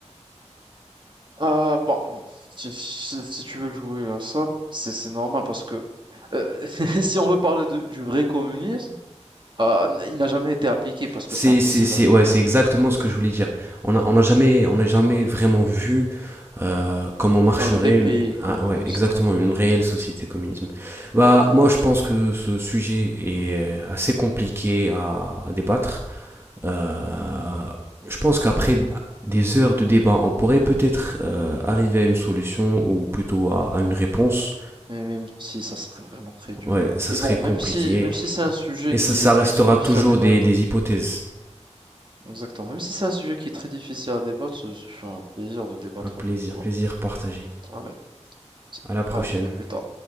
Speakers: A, on the right (about 40°); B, on the right (about 20°).
A: Ah, bon, bon, si, si- si tu veux jouer à ça, c'est c'est normal parce que euh, <laughs> si on veut parler de- du vrai communisme, ah, n- il n'a jamais été appliqué parce
B: C'est,
A: que c'est impossible
B: c'est, c'est,
A: à appliquer.
B: ouais, c'est exactement ce que je voulais dire. On a, on a jamais, on n'a jamais vraiment vu euh, comment marcherait
A: Un vrai pays
B: une,
A: communiste,
B: ah, ouais, exactement
A: ouais.
B: une réelle société communisme. Bah, moi, je pense que ce sujet est assez compliqué à, à débattre. Euh, je pense qu'après des heures de débat, on pourrait peut-être euh, arriver à une solution ou plutôt à, à une réponse.
A: Mais même si ça serait vraiment très dur.
B: Ouais, ça
A: Et
B: serait
A: bon,
B: compliqué.
A: même si, même si c'est un sujet
B: Et
A: qui
B: ça, ça
A: est, qui
B: restera
A: est très difficile
B: toujours
A: à débattre,
B: des, des hypothèses.
A: exactement, même si c'est un sujet qui est très difficile à débattre, ce, ce fut un plaisir de débattre
B: Un plaisir,
A: avec toi.
B: plaisir partagé.
A: Allez, c'est-
B: À la prochaine.
A: allez, à plus tard.